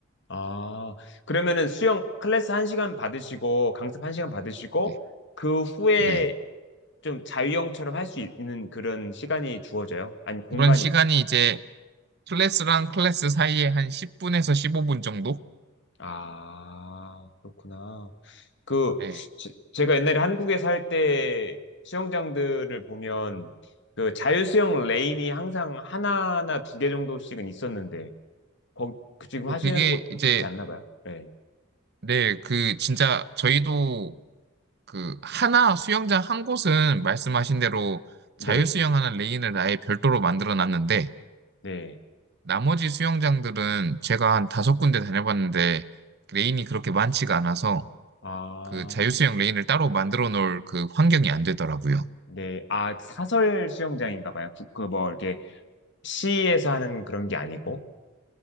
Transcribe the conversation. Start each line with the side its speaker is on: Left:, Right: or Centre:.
Left: 아, 그러면은 수영 클래스 한시간 받으시고, 강습 한시간 받으시고,
Right: 네.
Left: 그 후에
Right: 네.
Left: 좀 자유형처럼 할 수 있는 그런 시간이 주어져요? 아니, 공간이.
Right: 그런 시간이 이제 클래스랑 클래스 사이에 한 10분에서 15분 정도?
Left: 아, 그렇구나. 그,
Right: 네.
Left: 제- 제가 옛날에 한국에 살 때 수영장들을 보면 그 자유수영 레인이 항상 하나나 두 개 정도씩은 있었는데, 거, 그 지금
Right: 근데
Left: 하시는
Right: 그게
Left: 곳은
Right: 이제,
Left: 그렇지 않나 봐요? 네.
Right: 네, 그, 진짜, 저희도 그, 하나 수영장 한 곳은 말씀하신 대로
Left: 네.
Right: 자유수영하는 레인을 아예 별도로 만들어 놨는데,
Left: 네.
Right: 나머지 수영장들은 제가 한 다섯 군데 다녀봤는데, 레인이 그렇게 많지가 않아서,
Left: 아,
Right: 그 자유수영 레인을 따로 만들어 놓을 그 환경이 안 되더라고요.
Left: 네. 아, 사설 수영장인가 봐요. 그, 그 뭐, 이렇게 시에서 하는 그런 게 아니고,